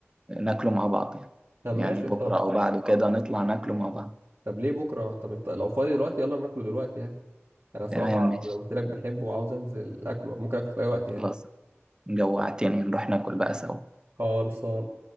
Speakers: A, on the right (about 20°); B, on the right (about 55°).
A: ناكله مع بعض يعني
B: <laughs> طب
A: يعني
B: ماشي
A: بكرة
B: طب
A: أو بعده كده نطلع ناكله مع بعض
B: طب ليه بكره طب انت لو فاضي دلوقتي يلا ناكله دلوقتي يعني انا صراحه
A: تمام ماشي
B: لو قلت لك بحبه وعاوز انزل اكله ممكن اكله في اي وقت يعني
A: خلاص جوعتني نروح ناكل بقى سوا
B: خالص